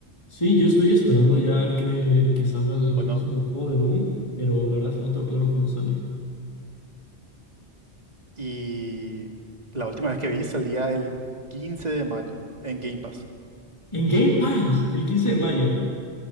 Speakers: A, on the left; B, on the right.
A: Sí, yo estoy esperando ya que, que salga el
B: Bueno,
A: próximo juego de Doom, pero la verdad es que no tengo claro cuándo sale.
B: y la última vez que vi salía el 15 de mayo en Game Pass.
A: En Game Pass, el 15 de mayo.